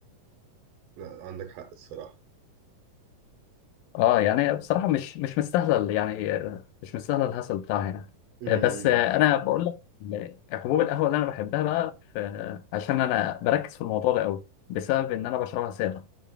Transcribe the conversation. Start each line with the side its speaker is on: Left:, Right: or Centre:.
Right: لا عندك حق الصراحة
Left: اه يعني بصراحه مش مش مستاهله ال- يعني آه، مش مستاهله الهسل بتاعها يعني
Right: امم
Left: آه بس آه انا بقول لك ال- حبوب القهوه اللي انا بحبها بقى آه عشان انا بركز في الموضوع ده قوي بسبب ان انا بشربها ساده